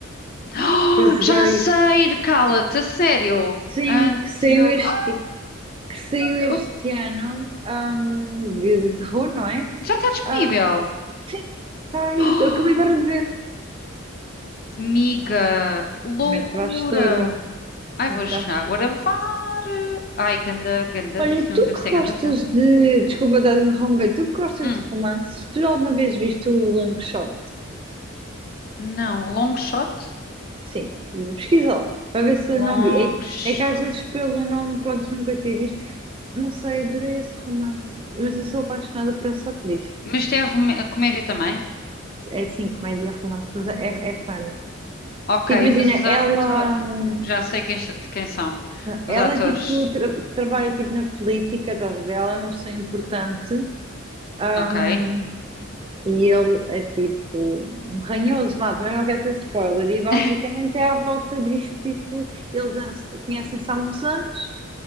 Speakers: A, on the left; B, on the right.
A: Oh,
B: que eu joguei,
A: já sei! Cala-te, a sério!
B: sim,
A: Until.
B: que saiu este,
A: Ah,
B: que saiu este
A: eu-
B: ano, hum, de, de terror, não é?
A: já está disponível!
B: Ah, sim, está aí,
A: <gasps> Oh,
B: tô- acabei agora de ver.
A: miga! Loucura!
B: Mete bastalho,
A: Ai,
B: mataste.
A: vou já gravar! Ai, ganda, ganda
B: Olha,
A: filme,
B: tu
A: deve
B: que
A: ser
B: gostas
A: ganda filme.
B: de. Desculpa, estar a interromper, tu que gostas
A: Hum,
B: de romances, tu alguma vez viste o Long Shot?
A: não, long shot?
B: Sim, pesquisa lá, para ver se
A: Long
B: não vi. É,
A: shot.
B: é que às vezes pelo nome podes nunca ter visto. Não sei, adorei esse romance. Mas eu sou apaixonada por essa atriz.
A: Mas tem a, rome- a comédia também?
B: É assim, comédia romance, mas é, é funny.
A: Ok,
B: Tipo, Imagina,
A: mas os
B: ela,
A: atores.
B: hum,
A: Já sei quem, quem são.
B: ela
A: Os atores.
B: é tipo, tra- trabalha tipo na política, estás a ver? Ela é uma pessoa importante, hum,
A: Ok.
B: e ele é tipo um ranhoso, vá, também não quero ser spoiler. E basicamente
A: <laughs>
B: é à volta disso, tipo, eles an- conhecem-se há muitos anos.